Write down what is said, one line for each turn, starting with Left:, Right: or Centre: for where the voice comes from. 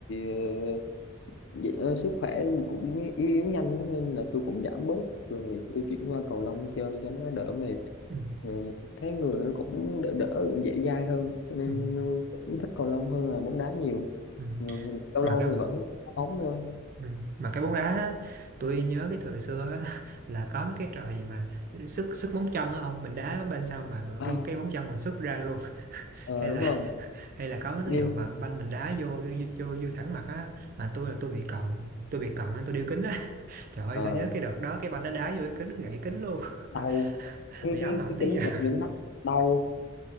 Left: ờ, Dạ, ờ, sức khỏe cũng yếu yếu nhanh á, nên là tôi cũng giảm bớt rồi tôi chuyển qua cầu lông chơi cho nó đỡ mệt
Right: Ừ.
Left: rồi thấy người nó cũng đỡ đỡ cũng dễ dai hơn cho nên
Right: Ừ.
Left: cũng thích cầu lông hơn là bóng đá nhiều
Right: Ừ.
Left: Ừ, lâu
Right: mà
Left: lâu
Right: cái
Left: thì vẫn đá bóng thôi
Right: ừ. mà cái bóng đá á, tôi nhớ cái thời xưa á, <laughs> là có mấy cái trò gì mà sức sức móng chân á không mình đá bên sau mà, mà
Left: à,
Right: cái cái móng chân mình sức ra luôn <laughs>
Left: ờ,
Right: hay
Left: đúng
Right: là
Left: rồi
Right: hay là có mấy cái
Left: nhưng
Right: vụ mà banh mình đá vô vô vô, vô thẳng mặt á mà tôi là tôi bị cận tôi bị cận nên tôi đeo kính á <laughs> trời ơi
Left: ờ,
Right: tôi nhớ cái đợt đó cái banh nó đá vô cái kính nó gãy kính luôn
Left: đau
Right: <laughs>
Left: cái
Right: bị
Left: cái
Right: ám ảnh
Left: cái
Right: tới
Left: kính
Right: giờ
Left: đập vô cái
Right: <laughs>
Left: mắt đau